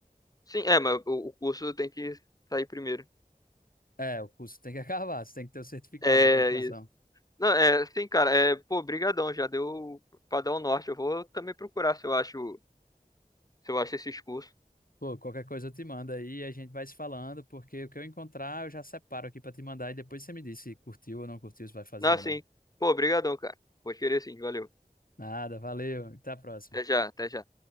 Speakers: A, on the left; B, on the left.
A: Sim, é, mas o, o curso tem que sair primeiro.
B: É, o curso tem que <laughs> acabar, você tem que ter o certificado
A: É,
B: de conclusão.
A: isso. Não, é, sim, cara, é, pô, brigadão, já deu pra dar o norte. Eu vou também procurar se eu acho, se eu acho esses cursos.
B: Pô, qualquer coisa eu te mando aí e a gente vai se falando, porque o que eu encontrar eu já separo aqui para te mandar e depois você me diz se curtiu ou não curtiu, se vai fazer
A: Não,
B: ou
A: sim.
B: não.
A: Pô, brigadão, cara. Vou querer sim, valeu.
B: Nada, valeu, até a próxima.
A: Até já, até já.